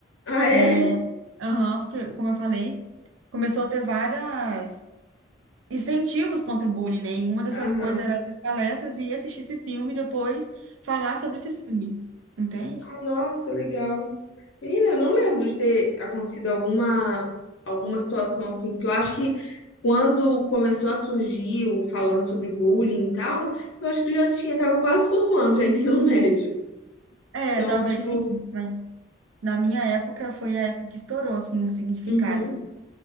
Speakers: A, on the left; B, on the right.
A: Ah,
B: É,
A: é?
B: Aham, porque, como eu falei, começou a ter várias incentivos contra o bullying, né? E uma dessas
A: Aham.
B: coisas era essas palestras e assistir esse filme e depois falar sobre esse filme. Entende?
A: Ah, nossa, legal. Menina, eu não lembro de ter acontecido alguma, alguma situação assim, porque eu acho que quando começou a surgir o falando sobre bullying e tal, eu acho que eu já tinha, tava quase formando já <laughs> ensino médio.
B: É,
A: Então,
B: talvez
A: tipo,
B: sim, mas. Na minha época, foi a época que estourou, assim, o significado.
A: uhum.